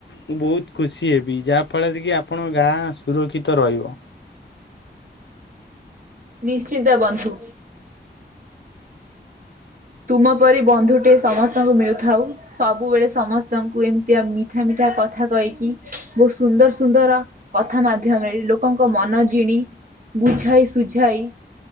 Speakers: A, on the left; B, on the right.
A: ମୁଁ ବହୁତ ଖୁସି ହେବି। ଯାହାଫଳରେ କି ଆପଣଙ୍କ ଗାଁ ସୁରକ୍ଷିତ ରହିବ।
B: ନିଶ୍ଚିନ୍ତ ବନ୍ଧୁ। ତୁମ ପରି ବନ୍ଧୁଟେ ସମସ୍ତଙ୍କୁ ମିଳୁଥାଉ। ସବୁବେଳେ ସମସ୍ତଙ୍କୁ ଏମିତିଆ ମିଠା ମିଠା କଥା କହିକି ବହୁତ ସୁନ୍ଦର ସୁନ୍ଦର କଥା ମାଧ୍ୟମରେ ଲୋକଙ୍କ ମନ ଜିଣି ବୁଝାଇ ସୁୁଝାଇ